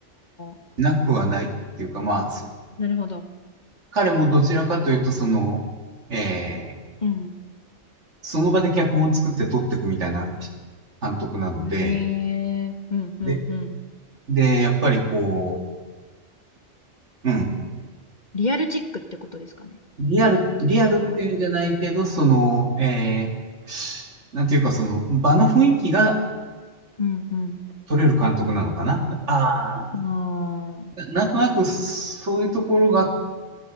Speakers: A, on the left; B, on the right.
A: あ。
B: なくはないっていうか、まあ、そ
A: なるほど。
B: 彼もどちらかというと、その、えー
A: うん。
B: その場で脚本を作って撮っていくみたいな監督なので、
A: へえうんうんうん。
B: で、で、やっぱりこう、うん、
A: リアルチックってことですかね。
B: リアル、リアルっていうんじゃないけど、
A: なんか、
B: その、えー、なんていうかその場の雰囲気が
A: うん
B: 取れる監督なのかな。ああ、
A: うん。ああ、
B: ななんとなくそういうところが、